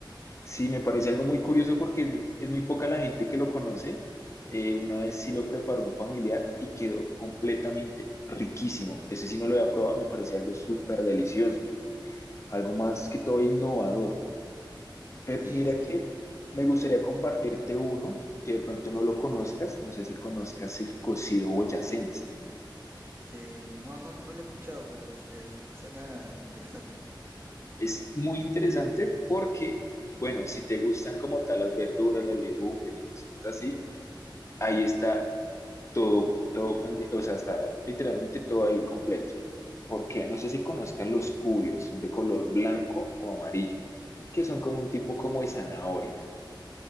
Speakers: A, on the left; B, on the right.
A: Sí, me parece algo muy curioso porque es muy, es muy poca la gente que lo conoce. Eh, una vez sí lo preparó un familiar y quedó completamente riquísimo. Ese sí no lo había probado, me parecía algo súper delicioso, algo más que todo innovador. Pero
B: Sí,
A: mira
B: sí.
A: que me gustaría compartirte uno que de pronto no lo conozcas, no sé si conozcas el cocido boyacense.
B: Eh, no, no, no lo he escuchado, pero es, es- suena interesante.
A: Es muy interesante porque, bueno, si te gustan como tal las verduras, las legumbres y cositas así, ahí está todo, todo, condi- o sea, está literalmente todo ahí completo. Porque no sé si conozcas los cubios, son de color blanco o amarillo, que son como un tipo como de zanahoria.